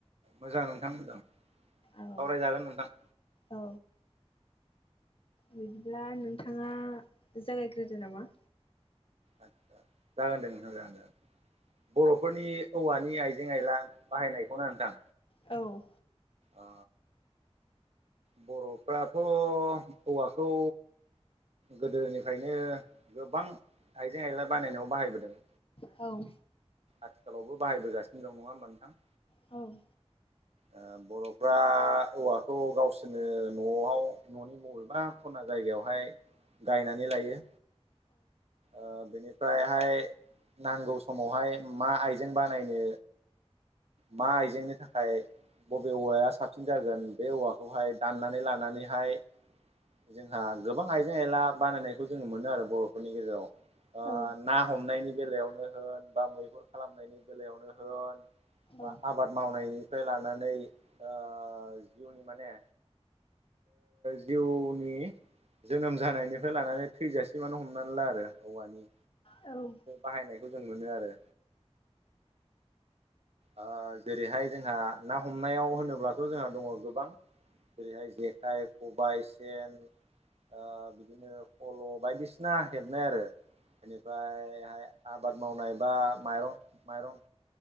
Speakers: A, on the right; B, on the left.
A: मोजां नोंथां मोजां सावरायजागोन
B: औ
A: नोंथां
B: औ बिदिब्ला नोंथाङा जागायग्रोदो नामा?
A: आदसा जागोन दे नोंथां जागोन जागोन बर'फोरनि औवानि आइजें आइला बाहायनायखौनो नोंथां
B: औ
A: अ बर'फ्राथ' औवाखौ गोदोनिफ्रायनो गोबां आइजें आइला बानायनायाव बाहायबोदों
B: औ
A: आथिखालावबो बाहायबोगासिनो दं नङा होमबा नोंथां?
B: औ
A: ओ बर'फ्रा औवाखौ गावसोरनो न'आव न'नि बबेबा खना जायगायावहाय गायनानै लायो ओ बेनिफ्रायहाय नांगौ समावहाय मा आइजें बानायनो मा आइजेंनि थाखाय बबे औवाया साबसिन जागोन बे औवाखौहाय दाननानै लानानैहाय जोंहा गोबां आइजें आइला बानायनायखौ जोङो मोनो आरो बर'फोरनि गेजेराव
B: औ
A: ना हमनायनि बेलायावनो होन बा मैहुर खालामनायनि बेलायावनो होन बा
B: औ
A: आबाद मावनायनिफ्राय लानानै जिउनि माने जिउनि जोनोम जानायनिफ्राय लानानै थैजासिमानो हमनानै ला आरो औवानि
B: औ
A: बाहायनायखौ जों मोनो आरो आ जेरैहाय जोंहा ना हमनायाव होनोब्लाथ' जोंहा दङ गोबां जेरैहाय जेखाइ खबाइ सेन ओ बिदिनो फल' बायदिसिना हेबनाय आरो बेनिफ्रायहाय आबाद मावनाय बा माइरं माइरं